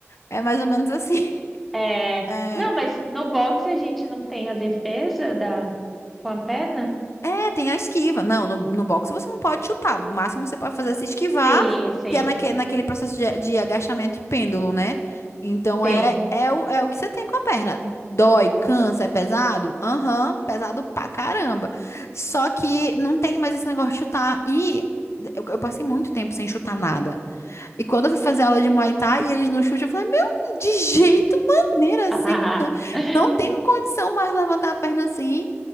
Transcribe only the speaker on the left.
É mais ou menos assim. <laughs>
é
É, tem a esquiva. Não, no, no boxe você não pode chutar. O máximo que você pode fazer é se esquivar,
que é naque,
naquele processo de, de agachamento e pêndulo, né? Então
é, é, o, é o que você tem com a perna. Dói, cansa, é pesado? Aham, pesado pra caramba. Só que não tem mais esse negócio de chutar. E eu, eu passei muito tempo sem chutar nada. E quando eu fui fazer aula de Muay Thai e eles não chutam, eu falei, meu, de jeito, maneira assim.
né? Não tenho condição mais levantar a perna assim